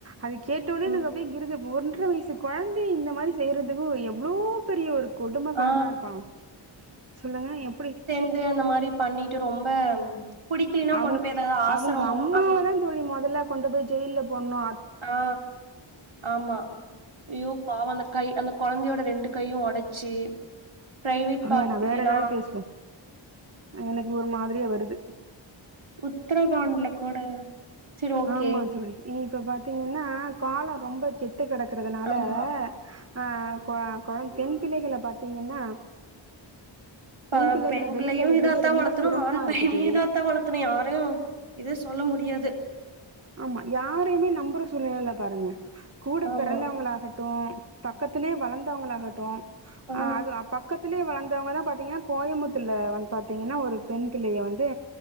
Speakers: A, on the right; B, on the right.
A: அது கேட்டோவுட்னே
B: ம்.
A: எனக்கு அப்டே கிருகு ஒன்ற வயசு குழந்தைய இந்த மாரி செய்யறதுக்கு ஓ எவ்ளோ பெரிய ஒரு கொடும்மகாரனா
B: ஆ
A: இருப்பா சொல்லுங்க எப்படி
B: இது அந்த மாரி பண்ணிட்டு ரொம்ப புடிக்கலினா
A: அவங்
B: கொண்டு போய் எதாவது ஆசரமோ
A: அவங்க அம்மாவ
B: அந்த
A: தா தோழி மொதல்லா கொண்டு போய் ஜெயில்ல போடுனு
B: ஆ ஆமா அய்யோ பாவோ இல்ல கை அந்த குழந்தையோட ரெண்டு கையு ஒடைச்சி பிரைவேட் பார்ட்கிட்டேல்லா
A: வேணா வேற ஏதாவது பேசுவோ எனக்கு ஒரு மாதிரியா வருது
B: உத்தரகாண்ட்ல கூட சரி ஓகே
A: ஆமா தோழி நீ இப்ப பாத்தீங்கன்னா காலோ ரொம்ப கெட் டு கெடக்கறதுனால
B: ஆமா
A: ஆ கொ கொழந் பெண் பிள்ளைகளை பாத்தீங்கன்னா
B: இப்ப
A: பிள்ளைகள
B: பெண்
A: வெளில
B: பிள்ளையு
A: விடுறது
B: இதாத்தா
A: ரொம்ப
B: வளத்தணு
A: சிரமமா
B: ஆண் பையனையு
A: இருக்கு தோழி
B: இதாத்தா வளத் அத்தனை யாரையு இது சொல்ல முடியாது
A: ஆமா யாரையுமே நம்புற சூழ்நிலை இல்ல பாருங்க கூட
B: ஆமா
A: பிறந்தவங்களாகட்டு பக்கத்திலே வளந்தவங்களாகட்டு அ
B: ஆ
A: அது பக்கத்திலே வளந் தோவங்கதா பாத்தீங்கன்னா கோயம்புத்தர்ல வந்து பாத்தீங்கன்னா ஒரு பெண் பிள்ளய வந்து